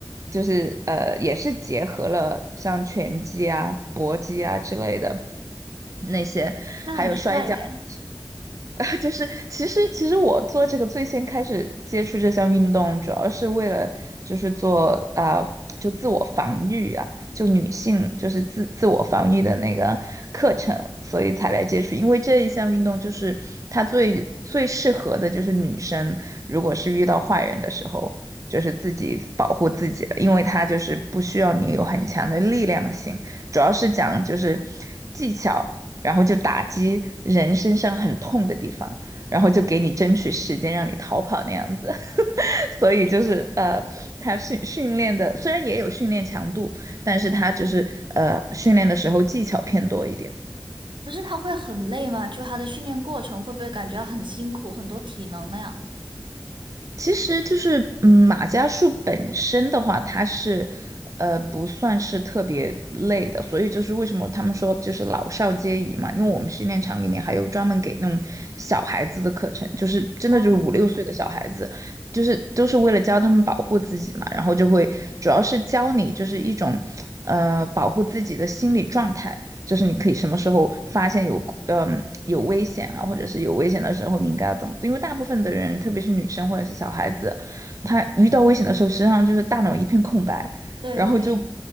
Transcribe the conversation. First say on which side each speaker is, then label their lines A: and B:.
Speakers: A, on the right; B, on the right.
A: 就是呃，也是结合了像拳击啊、搏击啊之类的那些，
B: 那很帅耶。
A: 还有摔跤。<laughs> 啊，就是其实其实我做这个最先开始接触这项运动，主要是为了就是做啊、就自我防御啊，就女性就是自自我防御的那个课程，所以才来接触。因为这一项运动就是它最最适合的就是女生，如果是遇到坏人的时候，就是自己保护自己了，因为它就是不需要你有很强的力量性，主要是讲就是技巧。然后就打击人身上很痛的地方，然后就给你争取时间让你逃跑那样子。<laughs> 所以就是呃，他训训练的虽然也有训练强度，但是他就是呃训练的时候技巧偏多一点。
B: 可是它会很累吗？就它的训练过程会不会感觉到很辛苦，很多体能那样？
A: 其实就是，嗯，马伽术本身的话，它是，呃，不算是特别累的，所以就是为什么他们说就是老少皆宜嘛，因为我们训练场里面还有专门给那种小孩子的课程，就是真的就是五六岁的小孩子，
B: 哦，
A: 就是都是为了教他们保护自己嘛，然后就会主要是教你就是一种，呃，保护自己的心理状态。就是你可以什么时候发现有嗯有危险啊，或者是有危险的时候，你应该要怎么做？因为大部分的人，特别是女生或者是小孩子，她遇到危险的时候，实际上就是大脑一片空白，
B: 对对。
A: 然后就。